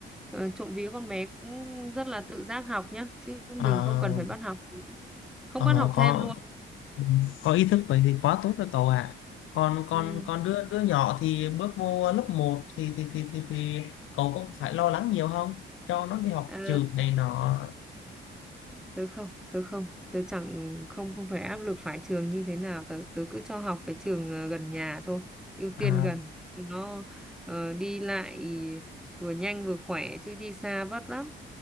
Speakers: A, in the centre; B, on the left.
A: ờ, trộm vía con bé cũng rất là tự giác học nhá chứ mình
B: ờ,
A: không cần phải bắt học không
B: ờ,
A: bắt học thêm
B: có
A: luôn
B: có ý thức vậy thì quá tốt rồi cậu ạ còn
A: ừ.
B: còn còn đứa đứa nhỏ thì bước vô lớp một thì thì thì thì, thì cậu cũng phải lo lắng nhiều không cho nó đi học
A: ờ,
B: trượt này nọ
A: tớ không tớ không tớ chẳng không không phải áp lực phải trường như thế nào tớ tớ cứ cho học cái trường ờ, gần nhà thôi ưu
B: à,
A: tiên gần nó ờ, đi lại vừa nhanh vừa khỏe chứ đi xa vất lắm